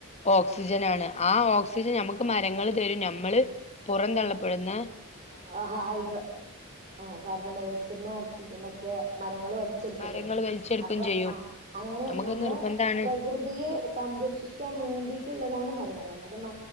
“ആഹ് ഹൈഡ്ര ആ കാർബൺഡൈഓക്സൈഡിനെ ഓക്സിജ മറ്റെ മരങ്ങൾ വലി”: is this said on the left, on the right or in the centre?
Right